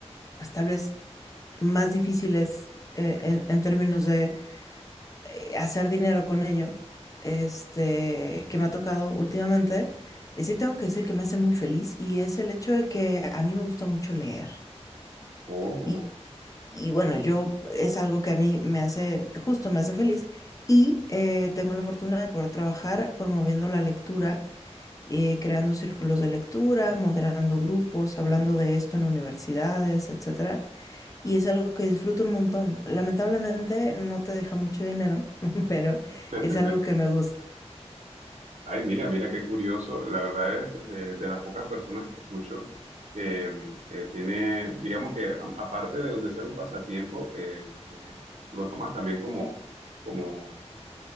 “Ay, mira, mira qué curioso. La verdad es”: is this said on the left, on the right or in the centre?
Right